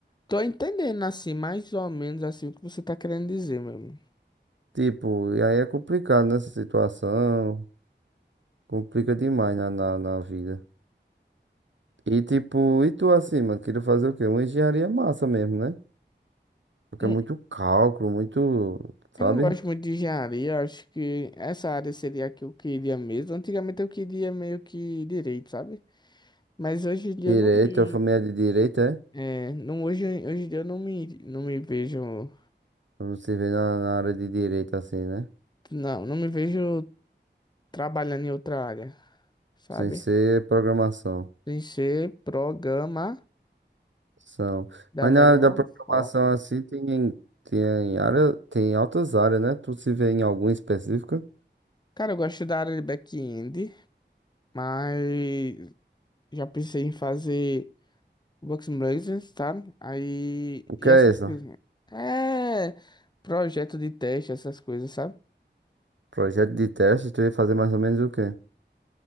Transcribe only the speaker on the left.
tô entendendo assim, mais ou menos assim o que você tá querendo dizer, mesmo
É.
É.
Eu
não gosto muito de engenharia, eu acho que essa área seria a que eu queria mesmo. Antigamente eu queria meio que direito, sabe? Mas hoje em dia
eu não me.
É, não, hoje, hoje em dia eu não me, não me vejo.
Não, não me vejo trabalhando em outra área, sabe?
Sem ser programa
da
melhor
forma.
Cara, eu gosto da área de back-end, mas Já pensei em fazer Bugs N' Blazers, sabe? Aí.
E
essas
coisas. É. Projeto de teste, essas coisas, sabe?